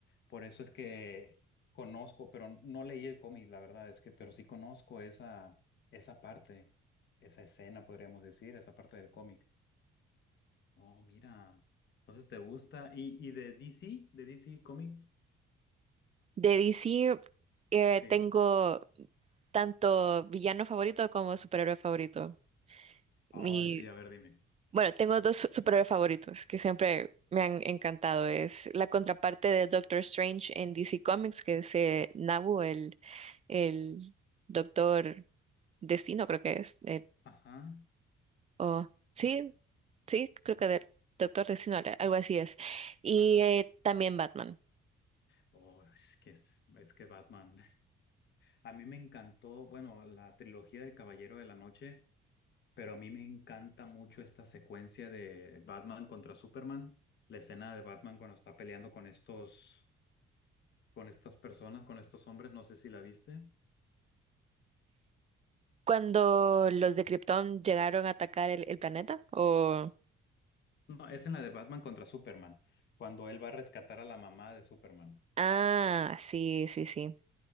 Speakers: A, on the left; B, on the right.
A: Por eso es que conozco, pero no leí el cómic, la verdad es que, pero sí conozco esa, esa parte, esa escena, podríamos decir, esa parte del cómic. Oh, mira. Entonces te gusta. ¿Y, y de DC? ¿De DC Comics?
B: De DC eh,
A: Sí.
B: tengo tanto villano favorito como superhéroe favorito.
A: Ay,
B: Mi,
A: sí, a ver, dime.
B: bueno, tengo dos su- superhéroes favoritos que siempre me han encantado. Es la contraparte de Doctor Strange en DC Comics, que es eh, Nabu, el, el Doctor Destino, creo que es. eh,
A: Ajá,
B: o- sí, sí, creo que de- Doctor Destino, al- algo así es. Y
A: ajá.
B: eh, también Batman.
A: Oh, es que es, es que Batman. <laughs> A mí me encantó, bueno, la trilogía del Caballero de la Noche, pero a mí me encanta mucho esta secuencia de Batman contra Superman. La escena de Batman cuando está peleando con estos, con estas personas, con estos hombres, no sé si la viste.
B: Cuando los de Krypton llegaron a atacar el, el planeta, o
A: No, es en la de Batman contra Superman, cuando él va a rescatar a la mamá de Superman.
B: Ah, sí, sí, sí.